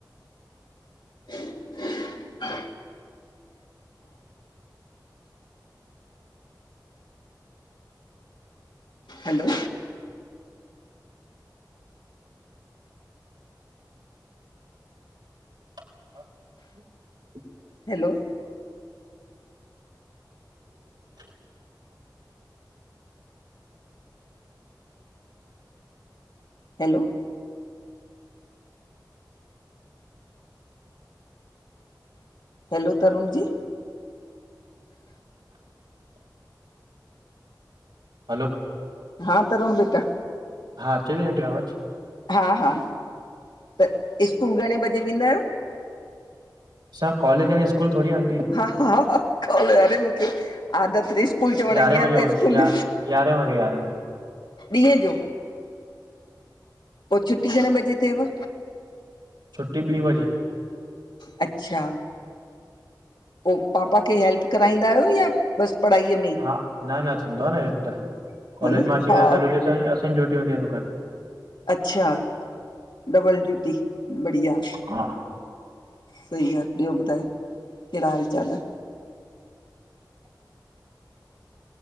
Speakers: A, on the left; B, on the right.
A: <unintelligible> हलो
B: हा <inaudible>
A: hello
B: <unintelligible>
A: hello? Hello Tarun ji?
B: Hello!
A: हाँ तरूण बेटा?
B: हा, अचे पई आंटी आवाज?
A: हा हा त स्कूल घणे बजे वेंदा आहियो?
B: असांजो कॉलेज आं न, स्कूल थोड़ी आंटी?
A: हा हा हा कॉल, अरे मूंखे आदत ॾिस स्कूल चवणु
B: यारहें
A: जी
B: बजे
A: आ
B: हूंदो
A: त स्कूल
B: या यारहें वॻे यारहें वॻे
A: ॾींहुं जो, पोइ छुट्टी घणे बजे थेव?
B: छुट्टी ॿी वजे।
A: अच्छा! पोइ पापा खे हैेल्प कराईंदा आहियो या बसि पढ़ाईअ में?
B: हा न न थींदो आ न हे त, कॉलेज
A: ह न
B: मां अची
A: हा
B: करे सॼो ॾींहुं असांजी, असांजी ड्यूटी हूंदी आ दुकान
A: अच्छा! डबल ड्यूटी, बढ़िया।
B: हा
A: सही आ, ॿियों ॿुधायो, केहिड़ा हाल चाल?